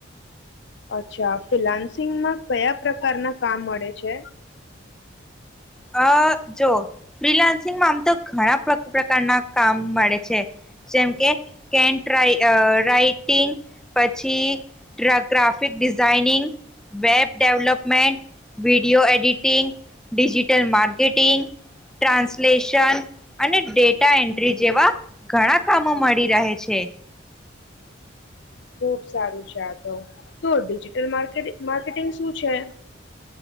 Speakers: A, on the left; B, in the centre.
A: અચ્છા ફિનાન્સિંગમાં કયા પ્રકારના કામ મળે છે.
B: હ જો. રિલાયન્સિ મામ. તો ઘણા પ્રકારના કામ મળે છે જેમ કે કે રાઈટિંગ પછી ડ્રગ્રાફ. ફિક ડિઝાઇનિંગ વેબ ડેવલપમેન્ટ વ video editing. Digital marketing, translation અને ડેટા એન્ટ્રી જેવા ઘણા કામો મળી રહે છે.
A: ખુબ સારું છે આ તો તો ડિજિટલ માર્કે માર્કેટિંગ શું છે?